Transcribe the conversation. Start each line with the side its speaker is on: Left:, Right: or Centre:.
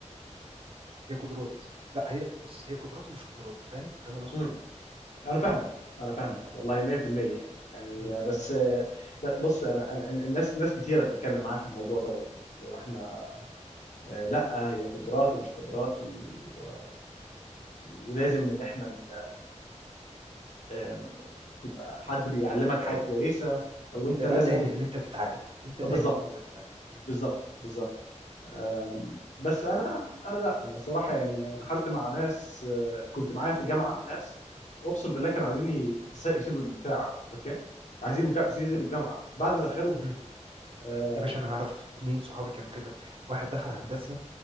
Right: هي قدرات لا هي بص هي قدرات ومش قدرات فاهم فاهم انا قصدي
Left: امم انا فاهمك انا فاهمك
Right: اه
Left: والله 100% يعني يعني
Right: مم،
Left: بس
Right: مم،
Left: ب- بص انا انا الناس ناس كتيره بتتكلم معايا في الموضوع دوت يعني لو احنا
Right: مم.
Left: آه، لا هي قدرات ومش قدرات و... آه، ولازم ان احنا ن- آم، تبقى حد بيعلمك حاجه
Right: آه،
Left: كويسه وانت
Right: يبقى
Left: لازم
Right: انت قابل ان انت تتعلم انت قابل
Left: آه، بالظبط
Right: ان انت تتعلم مم،
Left: بالظبط بالظبط أم، بس انا انا لا انا صراحه يعني انا دخلت مع ناس آه، كنت معايا في الجامعه ناس اقسم بالله كانوا عايزين ي- يس- يسيبوا البتاع اوكي عايزين
Right: مم،
Left: يبقوا- عايزين يسيبوا الجامعه بعد ما دخلوها
Right: مم.
Left: آه،
Right: يا باشا انا اعرف اتنين صحابي كانوا كده واحد دخل هندسه